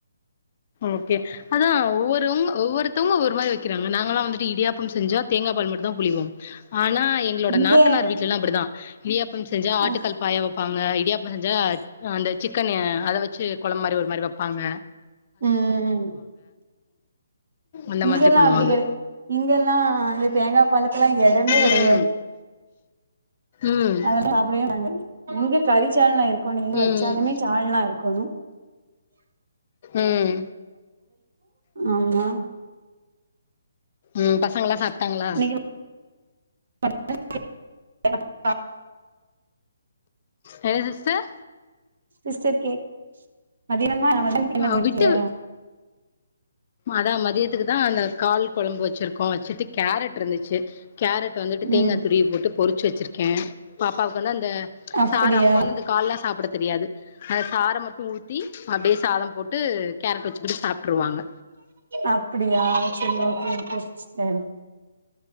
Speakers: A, on the left (about 40°); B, on the right (about 65°).
A: ஓகே அதான் ஒவ்வொருவங்க ஒவ்வொருத்தவங்க ஒவ்வொரு மாரி வைக்கிறாங்க நாங்க எல்லாம் வந்துட்டு இடியாப்பம் செஞ்சா தேங்காய் பால் மட்டு தான் புழிவோம் ஆனா எங்களோட
B: இங்க
A: நாத்தனார் வீட்ல லாம் அப்டிதான் இடியாப்பம் செஞ்சா ஆட்டுக்கால்
B: ஆ
A: பாயா வைப்பாங்க இடியாப்பம் செஞ்சா அந்த சிக் <unintelligible> அத வச்சு கொளம்பு மாரி ஒரு மாரி வெப்பாங்க
B: உம்ம்
A: அந்த
B: இங்கெல்லாம்
A: மாதிரி பண்ணுவாங்க.
B: அப்படி கடை இங்கெல்லாம் வந்து தேங்காய் பாலுக்கெல்லாம் எடமே கெடையாது
A: ம். ம்.
B: அதெல்லாம் அப்படியே நாங்க இங்க கறிச்சால்னா இருக் <unintelligible> இங்க
A: ம்.
B: வச்சாலுமே சால்னா இருக்கணும்
A: ம்.
B: ஆமா
A: உம் பசங்களா சாப் ட்டாங்ளா
B: இன்னைக்கு <unintelligible>
A: என்ன சிஸ்டர்
B: சிஸ்டர் கேக் மதினமா மடக்கு என்ன
A: அ
B: போயிருக்கியா
A: விட்டு அதா மதியத்துக்கு தான் அந்த கால் குழம்பு வச்சிருக்கோம் வச்சுட்டு கேரட் இருந்துச்சு கேரட் வந்துட்டு தேங்காய்
B: ம்
A: துருவி போட்டு பொறிச்ச வச்சுருக்கு கே பாப்பாக்கு வந்து அந்த இந்த
B: அப்டியா
A: சார் அவுங்க வந்து இந்த கால்லா சாப்ட தெரியாது அத சார மட்டும் ஊத்தி அப்படியே சாதம் போட்டு கேரட் வச்சுக்கிட்டு சாப்பிட்டுருவாங்க
B: அப்படியா சரி <unintelligible>